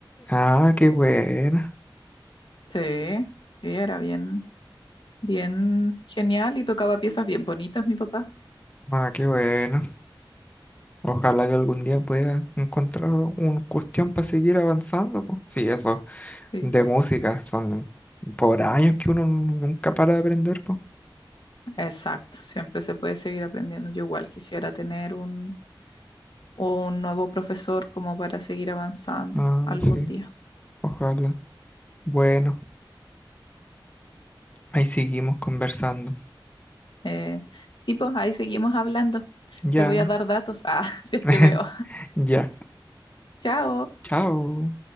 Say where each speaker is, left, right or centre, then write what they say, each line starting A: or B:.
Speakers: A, on the left; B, on the left.
A: Ah, qué buena.
B: Sí, sí, era bien. Bien genial y tocaba piezas bien bonitas, mi papá.
A: Ah, qué bueno. Ojalá que algún día pueda encontrar una cuestión para seguir avanzando, pues. Sí, eso
B: Sí,
A: de música son por años que uno nunca para de aprender, pues.
B: exacto. Siempre se puede seguir aprendiendo. Yo igual quisiera tener un, un nuevo profesor como para seguir avanzando
A: Ah,
B: algún
A: sí,
B: día.
A: ojalá. Bueno, ahí seguimos conversando.
B: Eh, sí, pues ahí seguimos hablando.
A: Ya,
B: Te voy a dar datos. Ah, <laughs> si es
A: <laughs>
B: que veo.
A: ya.
B: Chao.
A: Chao.